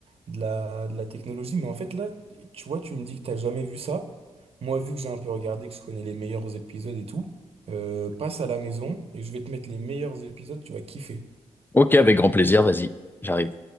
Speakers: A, on the right; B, on the left.
A: de la, de la technologie. Mais en fait, là, tu vois, tu me dis que t'as jamais vu ça. Moi, vu que j'ai un peu regardé, que je connais les meilleurs épisodes et tout, euh, passe à la maison et je vais te mettre les meilleurs épisodes, tu vas kiffer.
B: Ok, avec grand plaisir, vas-y, j'arrive.